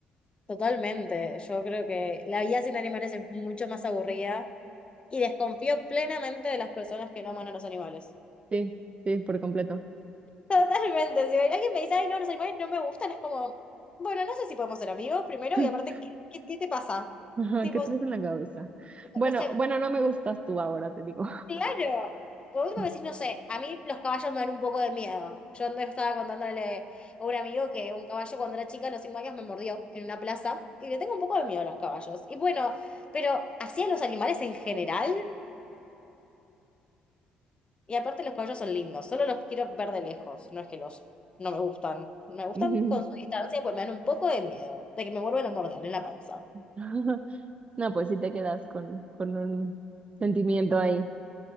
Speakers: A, on the left; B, on the right.
A: Totalmente. Yo creo que la vida sin animales es mucho más aburrida y desconfío plenamente de las personas que no aman a los animales.
B: Sí, sí, por completo.
A: Totalmente. Si ven alguien me dice, ay, no, los animales no me gustan, es como, bueno, no sé si podemos ser amigos primero
B: <laughs>
A: y aparte, ¿qué, qué- qué te pasa?
B: Ajá,
A: Tipo,
B: ¿qué traes en la cabeza? Bueno,
A: no sé,
B: bueno, no me gustas tú ahora, te digo.
A: Claro. Por último
B: <laughs>
A: decís, no sé, a mí los caballos me dan un poco de miedo. Yo no estaba contándole a un amigo que un caballo cuando era chica a los cinco años me mordió en una plaza y le tengo un poco de miedo a los caballos. Y bueno, pero así a los animales en general, y aparte los caballos son lindos, solo los quiero ver de lejos, no es que los no me gustan. Me gustan
B: Ujú.
A: con su distancia, pues me dan un poco de miedo de que me vuelvan a morder en la panza.
B: <laughs> No, pues sí te quedas con, con un sentimiento ahí.